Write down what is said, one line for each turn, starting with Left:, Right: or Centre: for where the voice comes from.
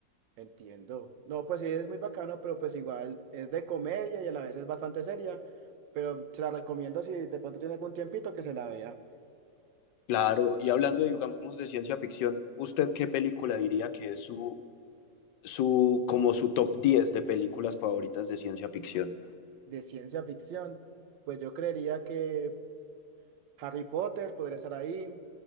Right: Entiendo. No, pues sí, es muy bacano, pero pues igual es de comedia y a la vez es bastante seria, pero se la recomiendo si de pronto tiene algún tiempito que se la vea.
Left: Claro, y hablando, digamos, de ciencia ficción, ¿usted qué película diría que es su, su, como su top 10 de películas favoritas de ciencia ficción?
Right: De ciencia ficción, pues yo creería que Harry Potter podría estar ahí.